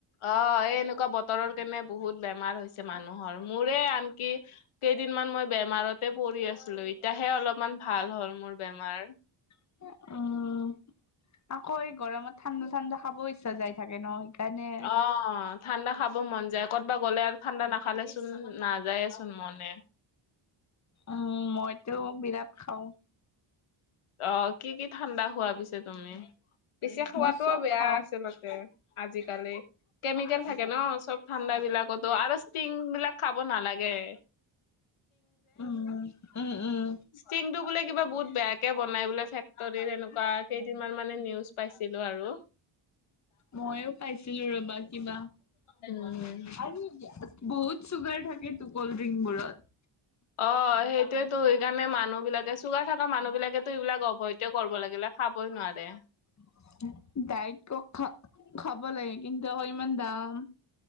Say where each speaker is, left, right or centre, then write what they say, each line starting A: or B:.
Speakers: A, on the left; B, on the left.
A: অ'! এই, এনেকুৱা বতৰৰ কাৰনে বহুত বেমাৰ হৈছে মানুহৰ! মোৰে আনকি, কেইদিনমান মই বেমাৰতে পৰি আছিলোঁ! এতিয়াহে, অলপমান ভাল হ'ল, মোৰ বেমাৰ।
B: <unintelligible> অ'! আকৌ, এই গৰমত ঠাণ্ডা-ঠাণ্ডা খাবও ইচ্ছা যাই থাকে ন'! সেইকাৰণে।
A: অ'! ঠাণ্ডা খাব মন যায়। কৰ'বাত গ'লে আৰু ঠাণ্ডা নাখালেচোন, নাযায়েচোন মনে।
B: উম, মইতো বিৰাট খাওঁ!
A: অ'! কি কি ঠাণ্ডা খোৱা পিছে, তুমি? পিছে, খোৱাতোও
B: মই চব
A: বেয়া
B: খাও
A: আচলতে, আজিকালি! কেমিকেল থাকে ন' চব ঠাণ্ডা বিলাকতো। আৰু ষ্টিং বিলাক খাব নালাগে।
B: উম, উম, উম।
A: ষ্টিং টো বোলে কিবা বহুত বেয়া বেয়াকে বনাই বোলে, ফেক্টৰী এনেকুৱা! কেইদিনমান মানে, নিউজ পাইছিলোঁ আৰু।
B: মইয়ো পাইছিলোঁ ৰ'বা কিবা।
A: উম।
B: <unintelligible> বহুত চুগাৰ থাকেতো ক'ল্ড ড্ৰিংক বোৰত।
A: অ' সেইটোৱেতো! সেইকাৰণে, মানুহ বিলাকে চুগাৰ থকা মানুহ বিলাকেতো, এইবিলাক, এভইডে কৰিব লাগে, সেইবিলাক। খাবই নোৱাৰে।
B: <unintelligible> খাব লাগে। কিন্তু, আ'ক ইমান দাম!